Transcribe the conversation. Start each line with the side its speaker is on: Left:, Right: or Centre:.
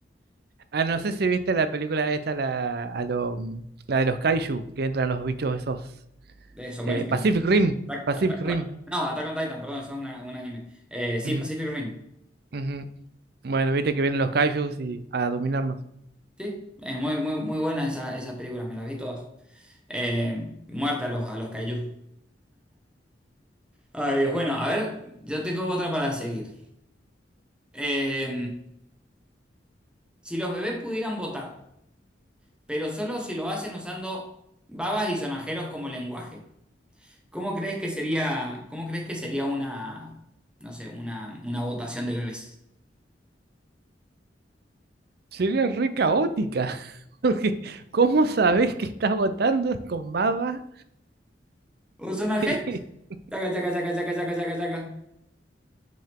Right: a no sé si viste la película esta, la, a lo, mm, la de los kaiju, que entran los bichos esos.
Centre: eh, son
Right: eh,
Centre: buenísimos.
Right: Pacific Rim,
Centre: Attack-
Right: Pacific
Centre: Attack-
Right: Rim.
Centre: no, Attack on Titan, perdón, eso es una- un anime. Eh, sí,
Right: Ujú,
Centre: Pacific Rim.
Right: ujú. Bueno, viste que vienen los kaijus y a dominarnos.
Centre: Sí, es muy, muy, muy buenas esas, esas películas, me las vi todas. Eh, muerta a los, a los kaiju. Ay, Dios, bueno, a ver, yo tengo otra para seguir. Eh, si los bebés pudieran votar, pero solo si lo hacen usando babas y sonajeros como lenguaje, ¿cómo crees que sería, cómo crees que sería una, no sé, una, una votación de bebés?
Right: Sería re caótica. <laughs> porque ¿Cómo sabés que estás votando con baba?
Centre: Un sonajero.
Right: <laughs>
Centre: Chaca, chaca, chaca, chaca, chaca, chaca, chaca.